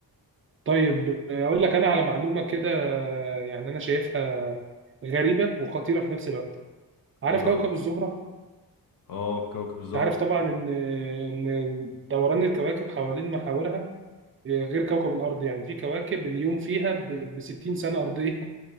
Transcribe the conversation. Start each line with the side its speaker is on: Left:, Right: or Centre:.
Right: طيب آه، اقول لك انا على معلومه كده آه، يعني انا شايفها غريبه وخطيره في نفس الوقت عارف
Left: ايه بقى
Right: كوكب الزهره
Left: اه كوكب الزهر
Right: تعرف طبعا ان ان دوران الكواكب حوالين محاورها آه، غير كوكب الارض يعني في كواكب اليوم فيها ب 60 سنه ارضيه